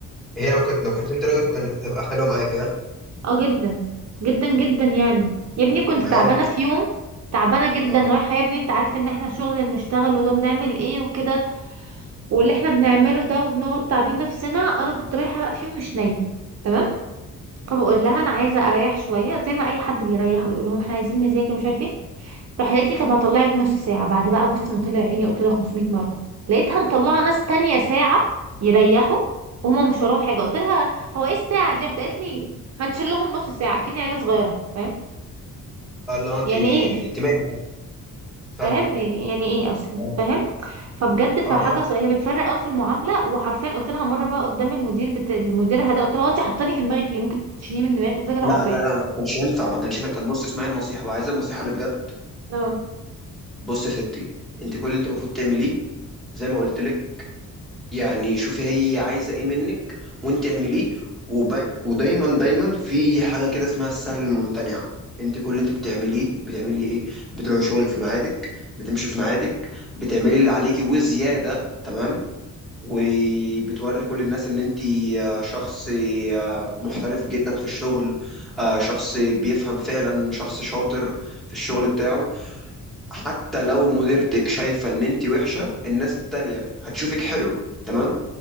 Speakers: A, in the centre; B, on the right (about 50°).
A: هي لو كنت لو كنت انت راجل كانت هتبقى حلوه معاك يا
B: اه جدا جدا جدا يعني يا ابني كنت
A: أنا
B: تعبانة
A: عارف
B: في يوم تعبانة جدا
A: اه
B: رايحة يا ابني انت عارف ان احنا الشغل اللي بنشتغله ده بنعمل ايه وكده واللي احنا بنعمله ده وبنقعد تعبين نفسنا انا كنت رايحه في يوم مش نايمه تمام فبقول لها انا عايزه اريح شويه زي ما اي حد بيريح ويقول لهم احنا عايزين نذاكر مش عارف ايه راح قالت لي طب هطلعك نص ساعه بعد بقى بص ما طلع عيني قلت لها 500 مره لقيتها مطلعه ناس تانية ساعه يريحوا وهم مش وراهم حاجه قلت لها هو ايه الساعه دي راحت قالت لي هنشيل لهم نص ساعه كأني عيله صغيره فاهم
A: اه اللي هو انت
B: يعني
A: انت
B: ايه
A: مالك أصلاً؟ فاهم
B: فاهم يعني يعني ايه اصلا
A: اه
B: فاهم فبجد فحاجه
A: اه آه.
B: سو- هي بتفرق قوي في المعامله وحرفيا قلت لها مره بقى قدام المدير بت... المدير ده قلت لها هو انت حطاني في دماغك ليه ممكن تشيليه من دماغك قلت لها كده
A: لا
B: حرفيا
A: لا لا ما كانش ينفع ما كانش ينفع طب بص اسمعي النصيحه بقى عايزه النصيحه اللي بجد
B: اه
A: بص يا ستي انت كل اللي انت المفروض تعمليه زي ما قلت لك يعني شوفي هي عايزة ايه منك وانت اعمليه وبي... ودايما دايما في حاجة كده اسمها السهل الممتنع انت كل اللي انت بتعمليه بتعملي ايه بتروحي شغلك في ميعادك بتمشي في ميعادك بتعملي اللي عليكي وزيادة تمام وبتوري كل الناس ان انت آه، شخص آه، محترف جدا في الشغل آه، شخص بيفهم فعلا شخص شاطر في الشغل بتاعه حتى لو مديرتك شايفة ان انت وحشة الناس التانية هتشوفك حلو تمام